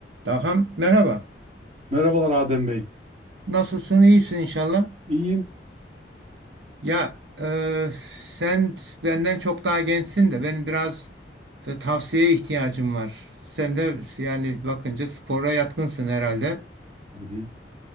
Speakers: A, on the right; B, on the right.
A: Daham merhaba.
B: Merhabalar Adem Bey.
A: Nasılsın? İyisin inşallah.
B: İyiyim.
A: Ya e, sen benden çok daha gençsin de benim biraz e, tavsiyeye ihtiyacım var. Sen de yani bakınca spora yatkınsın herhalde.
B: Hı hı.